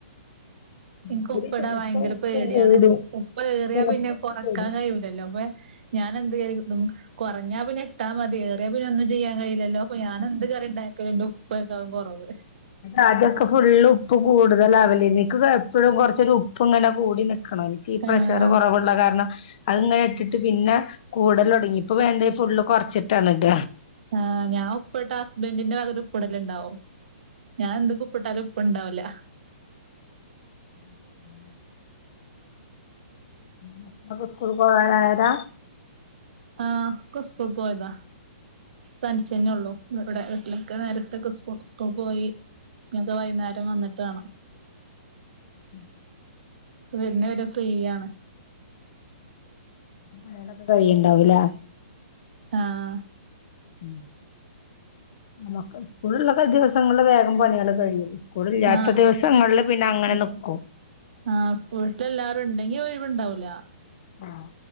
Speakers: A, on the right; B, on the left.
A: എനിക്ക്
B: ഇതില്
A: ഉപ്പ് ഇടാൻ
B: ചെലപ്പോ
A: ഭയങ്കര
B: ഉപ്പ്
A: പേടിയാണ്
B: കൂടും
A: ഉപ്പ് ഏറിയാ
B: ചെലപ്പോ
A: പിന്നെ
B: ഉപ്പ്
A: കൊറക്കാൻ
B: കൂടും
A: കഴിയുല്ലല്ലോ അപ്പൊ ഞാൻ എന്ത്കേറി <unintelligible> കുറഞ്ഞാ പിന്നെ ഇട്ടാ മതി ഏറെേ പിന്നെ ഒന്നും ചെയ്യാൻ കഴയില്ലല്ലോ അപ്പൊ ഞാനെ ന്ത് കറിയ ഉണ്ടാകിയാലും ഉപ്പായ്ക്കും കുറവ്
B: ആദ്യൊക്കെ ഫുള് ഉപ്പ് കൂടുതൽ അവലേനി ക്ക് എപ്പഴും കൊറച്ചരു ഉപ്പ് ഇങ്ങനെ കൂടി ന നിക്ക് ഈ പ്രഷർ
A: ആഹ്
B: കുറവുള്ള കാരണം അത്ങ്ങനെ ഇട്ടിട്ട് പിന്നെ കൂടൽ തുടങ്ങി ഇപ്പൊ വേണ്ട ഫുള്ള് കുറച്ചിട്ടാണ് ഇട്ട
A: ആ ഞാൻ ഉപ്പിട്ട ഹസ്ബന്റിന്റെ വക ഒരു ഉപ്പിടലുണ്ടാവും ഞാൻ എന്തക്കു ഉപ്പിട്ടാലും ഉപ്പ് ഉണ്ടാവില്ല
B: ഉം മക്കളക്കെ സ്കൂളി പോകാനായത
A: ആഹ് ഒക്കെ സ്കൂൾ പോയതാ തനിചെന്നെ ള്ളൂ ഇവിടെ വീട്ടിലൊക്കെ നേരത്തൊക്കെ സ് സ്കൂൾ പോയി ഞക്കൊ വൈകുന്നേരം വന്നിട്ട് വേണം
B: ഉം
A: വരുന്ന വരെ ഫ്രീ ആണ്
B: പഴേതൊക്കെ കഴിയുണ്ടാവൂലെ
A: ആഹ
B: ഉ നമുക്ക് സ്കൂളുള്ള ദിവസങ്ങളില് വേഗം പണികള കഴിയും സ്കൂളില്ലാത്ത
A: ആഹ്
B: ദിവസങ്ങളിൽ പിന്നെ അങ്ങനെ
A: അതെ
B: നിക്കും
A: ആഹ് സ്കൂളട്ടിൽ എല്ലാരും ഉണ്ടെങ്കി ഒഴിവണ്ടാവൂല
B: ആഹ